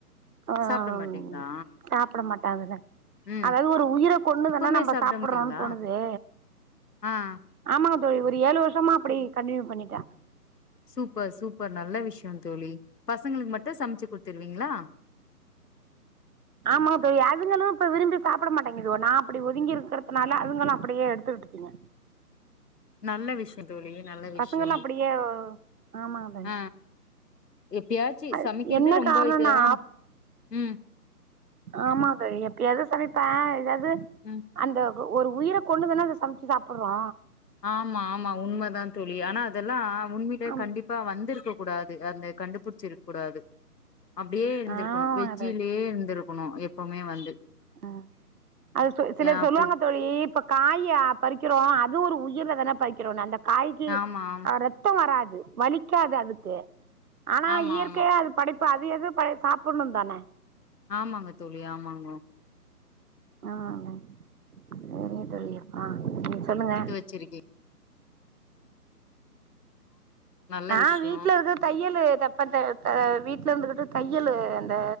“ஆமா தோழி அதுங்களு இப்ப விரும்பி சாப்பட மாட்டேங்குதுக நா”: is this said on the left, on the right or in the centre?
Right